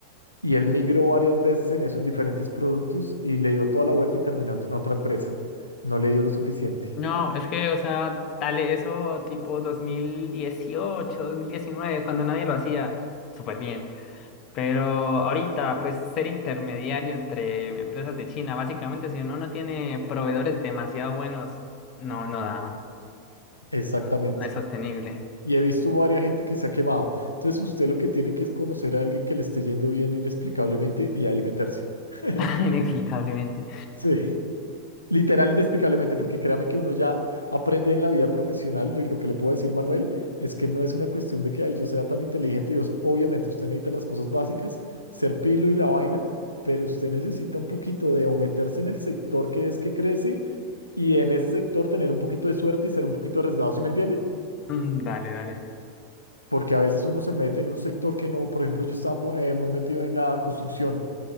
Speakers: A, on the left; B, on the left.
A: Y él migró varias veces en eso, en diferentes productos, y le dio toda la vuelta y terminó en otra empresa. No le dio lo suficiente.
B: No, es que, o sea, dale eso tipo dos dos mil dieciocho, dos mil diecinueve cuando nadie lo hacía, súper bien. Pero ahorita, pues ser intermediario entre empresas de China, básicamente, si uno no tiene proveedores demasiado buenos, no, no da,
A: Exactamente.
B: no, no es sostenible,
A: Y he visto varias gente que se ha quemado. Entonces usted lo que tiene que es conocer a alguien que le esté yendo bien inexplicablemente y ahí meterse. <laughs>
B: <laughs> inexplicablemente.
A: Sí. Literal, inexplicablemente, porque créame que uno ya aprende en la vida profesional, lo lo que le puedo decir, Manuel, es que no es una cuestión de que ay, yo sea tan inteligente, Dios, obviamente usted necesita las cosas básicas, ser pilo y la vaina, pero usted necesita un poquito de o meterse en el sector que es que crece y en ese sector tener un poquito de suerte y ser un poquito arriesgado, ¿sí me entiende?
B: Mm, dale, dale.
A: Porque a veces uno se mete en un sector que no, por ejemplo, yo estaba mu- eh, muy metido en la construcción.